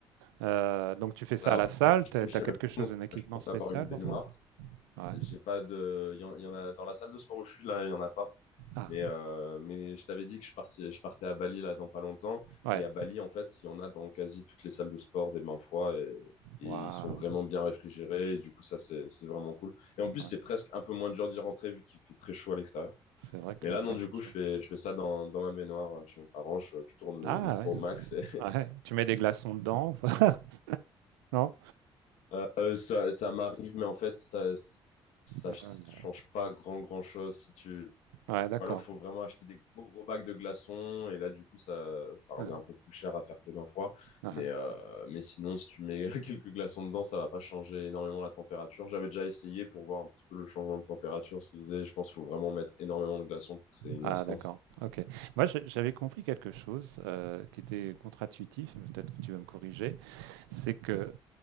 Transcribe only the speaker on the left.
Alors,
je
suis chez
mes
parents, donc
je pense
avoir une baignoire.
J'ai pas de. Il y, en il y en a dans la salle de sport où je suis là, il y en a pas.
Mais, euh, mais je t'avais dit que je partais, je partais à Bali là dans pas longtemps.
Et à Bali, en fait, il y en a dans quasi toutes les salles de sport des bains froids et, et
ils sont vraiment bien réfrigérés. Et du coup, ça, c'est c'est vraiment cool. Et en plus,
c'est presque un peu moins dur d'y rentrer vu qu'il fait très chaud à l'extérieur.
Mais
là, non,
du
coup,
je fais, je fais ça dans, dans ma baignoire euh, chez mes parents. Je, je tourne le,
le froid
au max. Et,
<laughs> euh, ça, ça m'arrive, mais en fait, ça, ça
change
pas grand grand chose si tu
alors, faut vraiment acheter des gros, gros bacs de glaçons. Et là, du coup, ça, ça revient
un peu plus cher à faire tes 20 fois.
Mais,
euh, mais sinon, si tu mets <laughs> quelques glaçons dedans, ça va pas changer énormément la température. J'avais déjà essayé pour voir un petit peu le changement de température, ce qu'ils faisaient. Je pense qu'il faut vraiment mettre énormément de glaçons pour que c'est une
incidence.